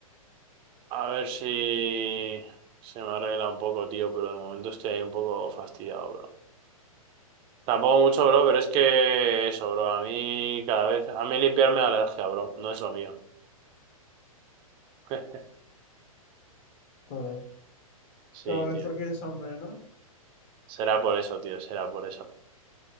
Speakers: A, on the right; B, on the left.
A: A ver si se me arregla un poco, tío, pero de momento estoy ahí un poco fastidiado, bro. Tampoco mucho, bro, pero es que eso, bro, a mí cada vez, a mí limpiarme da alergia, bro, no es lo mío. <laughs>
B: Joder.
A: Sí,
B: Cada vez
A: tío.
B: porque eres hombre, ¿no?
A: Será por eso, tío, será por eso.